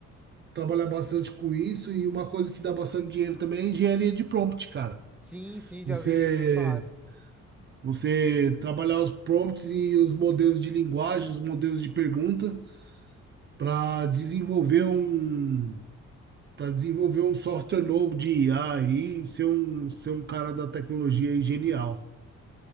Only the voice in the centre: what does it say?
Sim, sim, já
vi, já vi falar.